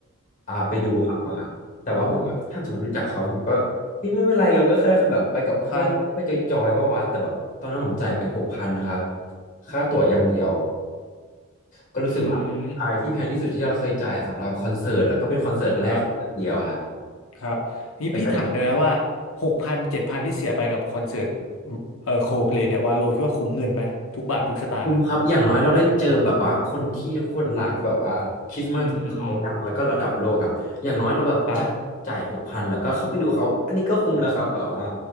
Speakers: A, on the left; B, on the left.
A: อ่าไปดูครับมาครับแต่ว่าผมแบบถ้าจะไม่รู้จักเขาผมก็เฮ้ยไม่เป็นไรเราก็แค่แบบไปกับเพื่อนไปจอยๆว่าวะแต่แบบตอนนั้นผมจ่ายไปหกพันครับ
B: <laughs> ครับ
A: ค่าตั๋วอย่างเดียวก็รู้สึกว่าเป็นอายที่แพงที่สุดที่เราเคยจ่ายสำหรับคอนเสิร์ตแล้วก็เป็นคอนเสิร์ตแรกคอนเสิร์ตเดียวครับ
B: อืมครับครับนี่พี่ถามได้ไหมว่า
A: แต่ก็
B: หกพันเจ็ดพันที่เสียไปกับคอนเสิร์ตเอ่อโคเพลเนี่ยวาโลคิดว่าคุ้มเงินไหมทุกบาททุกสตางค์เนี่ย
A: คุ้มครับอย่างน้อยเราได้เจอแบบว่าคนที่ทุกคนรักแบบว่าคริสต์มาสเขาดังแล้วก็ระดับโลกครับอย่างน้อยเราแบบจ่ายจ่ายหกพันแล้วก็เข้าไปดูเขาอันนี้ก็คุ้มแล้วครับแบบว่า
B: อืมอืมอืมครับ